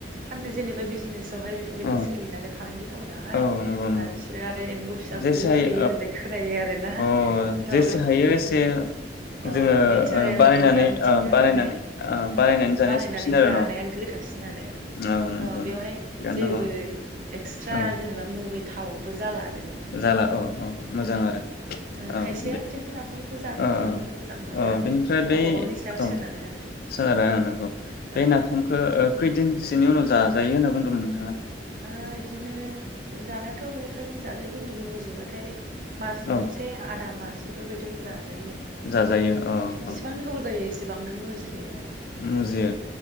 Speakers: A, on the right; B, on the left.
A: फाननो जेनेबा बिजनेस बेवहाय बेफोरबायदि
B: औ
A: सोलियो नालाय फालांगि खालामनायावहाय
B: औ नंगौ नंगौ
A: आरो बिसोरो फ्राय एम्बौ फिसाफोरखौबो
B: जेसे हायो
A: होयो होननाय खोनायो आरोना
B: औ अ
A: था
B: जेसे हायो एसे
A: अ
B: जोङो
A: नेचारेल
B: ओ बानायनानै
A: जेनेबा मिथिंगायाव
B: ओ बानायनानै
A: मोननाय
B: ओ बानायनानै जानाया
A: बानायनानै
B: साबसिन आरो
A: जानाया
B: न'
A: गोथावसिन आरो
B: औ नंगौ
A: ओ बेवहाय
B: नंगौ थिगानो
A: जेबो
B: दङ
A: एक्सट्रा
B: औ
A: जेनेबा मु मुगैथावबो जाला आर
B: जाला औ औ। मोजां आरो
A: ओ
B: औ
A: खायसेया
B: बे
A: बिदिनो नाफामखौ जानो
B: ओ
A: मोजां
B: ओ
A: मोनो मोजां मोना
B: ओ बेनिफ्राय बे
A: गावबा गावनि सायाव
B: औ
A: सोनारो आरो
B: सोनारो
A: औ
B: ओ नंगौ बे
A: औ
B: नाफामखौ खैदिनसोनि उनाव जा जाजायो होनना बुंदोंमोन नोंथां
A: ओ इदिनो जानायाथ' बे खालिनो जाजायो खिन्थु मुजिबाथाय मास
B: औ
A: मोनसे आधा मास बेफोरबायदियावनो जाज जाजायो आरो
B: जाजायो औ
A: जेसेबांनो
B: औ औ
A: गोबाव जायो एसेयैनो एसेबांनो मुजियो आरो
B: मुजियो